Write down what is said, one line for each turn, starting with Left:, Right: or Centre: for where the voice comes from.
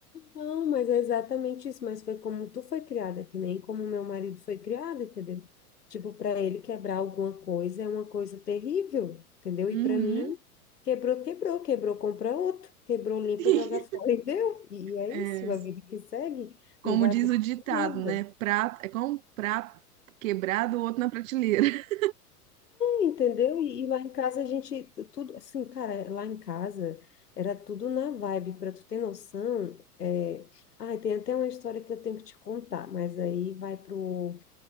Left: Não, mas é exatamente isso. Mas foi como tu foi criada, que nem como meu marido foi criado, entendeu? Tipo, para ele quebrar alguma coisa é uma coisa terrível, entendeu?
Right: Uhum.
Left: E para mim, quebrou, quebrou, quebrou, compra outro, quebrou, limpa,
Right: <laughs>
Left: joga fora e deu. E é
Right: É,
Left: isso, a vida que segue,
Right: como
Left: não vai
Right: diz
Left: acontecer
Right: o ditado,
Left: nada.
Right: né, prato, é como um prato quebrado, o outro na prateleira. <laughs>
Left: Entendeu? E, e lá em casa a gente, tudo, assim, cara, lá em casa era tudo na vibe, para tu ter noção, é... Ai, tem até uma história que eu tenho que te contar, mas aí vai pro,